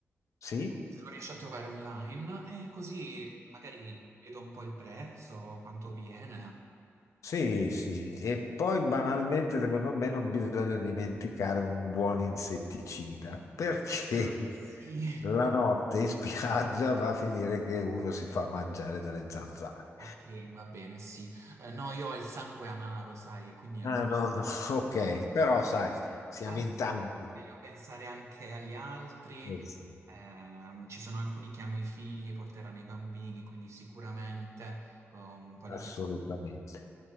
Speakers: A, on the left; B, on the right.
A: Sì?
B: se lo riesci a trovare online, e così magari vedo un po' il prezzo, quanto viene.
A: Sì, sì. E poi banalmente, secondo me, non bisogna dimenticare un buon insetticida, perché
B: Ah, sì.
A: <laughs> la notte in spiaggia va a finire che uno si fa mangiare dalle zanzare.
B: Ok, va bene, sì. Eh, no, io ho il sangue amaro, sai, e quindi a
A: Ah,
B: me
A: no, no, <laughs> ok, però sai, siamo
B: a me
A: in tanti.
B: è meglio pensare anche agli altri.
A: Eh sì,
B: Ehm, ci sono alcuni che hanno i figli e porteranno i bambini, quindi sicuramente eh, un po' di...
A: Assolutamente.
B: pe-